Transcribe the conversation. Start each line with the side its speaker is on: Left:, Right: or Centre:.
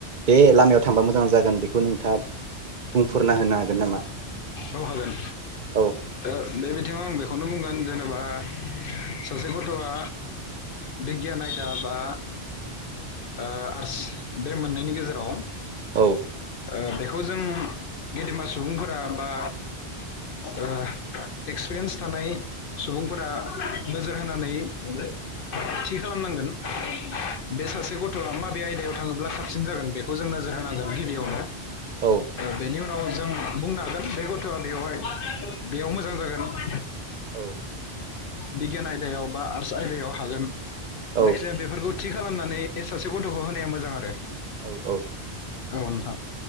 Right: बे लामायाव थांबा मोजां जागोन बेखौ नोंथाङा बुंफोरुरना होनो हागोन नामा
Left: औ हागोन
Right: औ
Left: ओ बे बिथिंङाव आं बे खौनो बुंगोन जेनेबा सासे गथ'आ बिगियान आयदा बा ओ आर्टस बे मोननैनायनि गेजेराव
Right: <unintelligible>
Left: ओ बेखौ जों गेदेमा सुबुंफोरा बा ओ एक्सपिरियेन्स थानाय सुबुंफोरा नोजोर होनानै थि खालामनांगोन बे सासे गथ'खौ थ'आ माबे आयदायाव थाङोब्ला साबसिन जागोन बेखौ जों नोजोर होनांगोन गिबियावनो
Right: औ
Left: बेनि उनाव जों बुंनो हागोन बे गथआ बेवहाय बेयाव मोजां जागोन। <inaudible>
Right: औ
Left: बिगियान आयदायाव बा आर्टस आयदायाव हागोन
Right: औ
Left: जायखिजाया बेफोरखौ थि खालामनानै सासे गथखौ होनाया मोजां आरो
Right: औ औ
Left: औ नोंथां